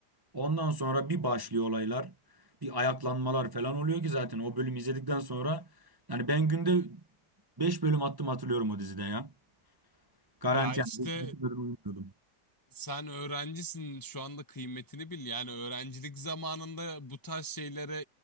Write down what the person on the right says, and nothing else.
Ondan sonra bir başlıyor olaylar. Bir ayaklanmalar falan oluyor ki zaten o bölümü izledikten sonra yani ben günde 5 bölüm attım hatırlıyorum o dizide ya. Garanti
yani 5-2 bölüm uyumuyordum.